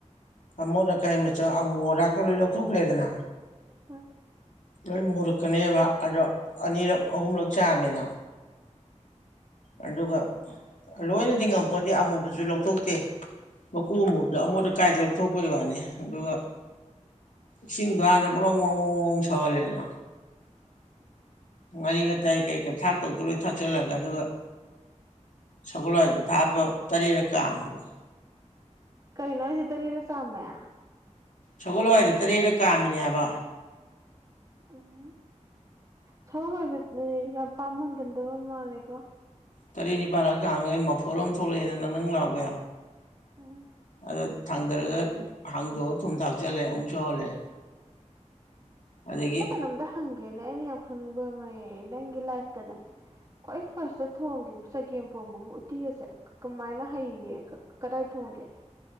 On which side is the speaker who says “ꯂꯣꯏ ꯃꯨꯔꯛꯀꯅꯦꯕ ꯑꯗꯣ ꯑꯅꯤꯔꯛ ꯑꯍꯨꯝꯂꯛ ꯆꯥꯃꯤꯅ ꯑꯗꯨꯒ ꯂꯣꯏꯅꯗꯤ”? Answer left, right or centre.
Left